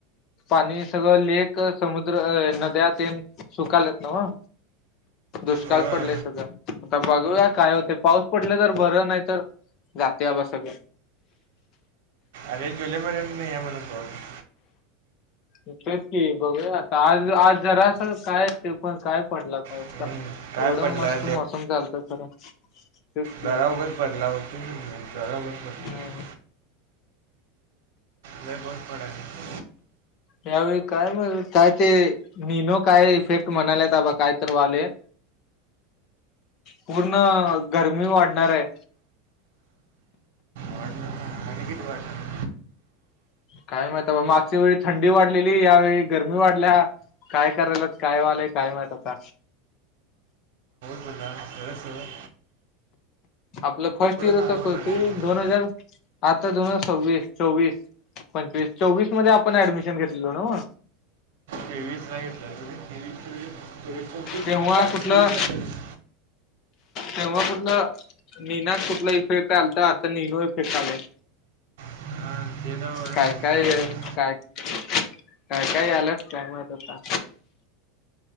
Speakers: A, on the left; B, on the right.
A: पाणी सगळं लेक, समुद्र, नद्या तेन सुकालेत न्हव. दुष्काल
B: होय
A: पडलय सगळ, आता बघूया काय होतय पाऊस पडलं तर, बरं नाही तर जातय अबा सगळ
B: अरे जुलै महिन्यात नाही म्हण पाऊस.
A: तेच की, बघुया आता आज आज जरास काय ते पण काय पडला पाऊस
B: हं,
A: सांग?
B: काय
A: एवढा
B: पडला
A: मस्त मोसम झालता खरं. तेच की
B: जरा उघच पडला, होतो की मी, जरा उघच पडला.
A: हम्म
B: नाही पाऊस पडायला.
A: ह्यावेळी काय म काय ते निनो, काय इफेक्ट म्हणाल्यात बाबा काय तर व्हायलय. पूर्ण गरमी वाढणार हाय.
B: वाढणार आणि किती वाढणार?
A: काय माहित बा, मागच्या वेळी थंडी वाढलेली यावेळी गरमी वाढल्या काय करायल्यात, काय व्हालय? काय माहीत आता?
B: उन्हान घर सगळ
A: आपलं फर्स्ट इयर होत
B: आला
A: करतोय,
B: पण नंतर
A: दोन हजार आता दोन हजार सव्वीस, चोवीस पंचवीस चोवीस मध्ये आपण ऍडमिशन घेतलेलो न्हव?
B: तेवीसला घेतल्या लो रे, तेवीस - चोवीस, चोवीस - पंचवीस
A: तेव्हा
B: आता
A: कुठलं
B: सवीस - सत्तावीस.
A: तेव्हा कुठलं निना कुठला इफेक्ट आलता? तर आता निनो इफेक्ट आलाय.
B: हां ते एवढं
A: काय
B: माहीत
A: काय
B: नाही बाबा
A: य? काय? काय काय याल्यात काय माहित आता.